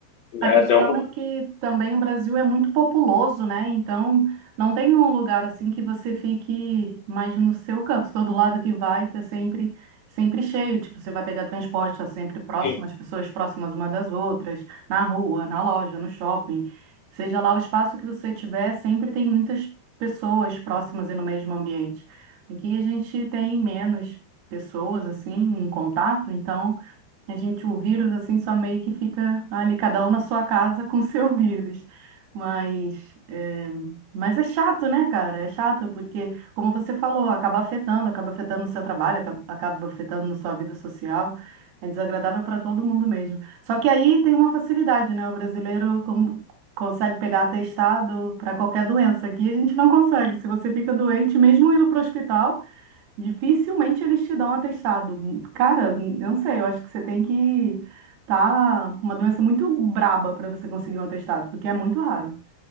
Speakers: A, on the right; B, on the left.
A: A
B: É
A: questão
B: até um,
A: é que também o Brasil é muito populoso, né? Então, não tem um lugar assim que você fique mais no seu canto. Todo lado que vai, tá sempre, sempre cheio. Tipo, você vai pegar transporte, tá sempre próximo,
B: e-
A: as pessoas próximas uma das outras, na rua, na loja, no shopping. Seja lá o espaço que você tiver, sempre tem muitas pessoas próximas e no mesmo ambiente. Aqui a gente tem menos pessoas assim em contato, então a gente, o vírus, assim, só meio que fica ali, cada um na sua casa <laughs> com o seu vírus. Mas é, mas é chato, né, cara? É chato, porque, como você falou, acaba afetando, acaba afetando o seu trabalho, acaba, acaba afetando na sua vida social. É desagradável para todo mundo mesmo. Só que aí tem uma facilidade, né? O brasileiro com- consegue pegar atestado para qualquer doença. Aqui a gente não consegue. Se você fica doente, mesmo indo para o hospital. Dificilmente eles te dão um atestado. Cara, eu não sei, eu acho que você tem que tá com uma doença muito braba para você conseguir um atestado, porque é muito raro.